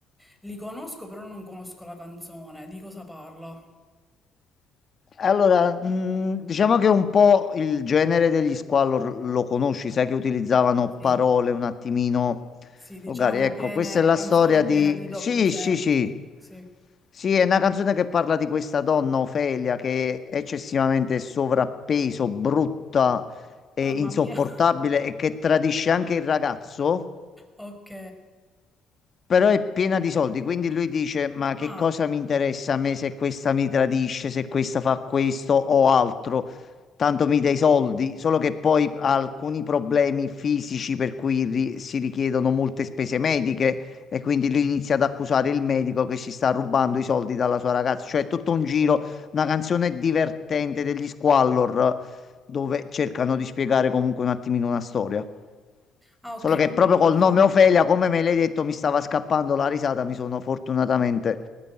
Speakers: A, in the centre; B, on the left.
A: Li conosco, però non conosco la canzone. Di cosa parla?
B: Allora, mh, diciamo che un po' il genere degli Squallor lo conosci, sai che utilizzavano
A: Sì,
B: parole un attimino
A: sì, diciamo
B: volgari. Ecco,
A: piene,
B: questa è la
A: canzoni
B: storia
A: piene
B: di...
A: di doppi
B: Sì,
A: sensi.
B: sì, sì.
A: Sì.
B: Sì, è una canzone che parla di questa donna, Ofelia, che è eccessivamente sovrappeso, brutta e
A: Mamma
B: insopportabile
A: mia. <laughs>
B: e che tradisce anche il ragazzo
A: Ok.
B: però è piena di soldi, quindi lui dice: Ma che
A: Ah,
B: cosa mi interessa a me se questa mi tradisce, se questa fa questo o altro? Tanto mi dai soldi, solo che poi ha alcuni problemi fisici per cui ri- si richiedono molte spese mediche e quindi lui inizia ad accusare il medico che si sta rubando i soldi dalla sua ragazza. Cioè, è tutto un giro, una canzone divertente degli Squallor dove cercano di spiegare comunque un attimino una storia.
A: Ah,
B: Solo
A: ok,
B: che
A: quindi
B: proprio col
A: diciamo...
B: nome Ofelia, come me l'hai detto, mi stava scappando la risata, mi sono fortunatamente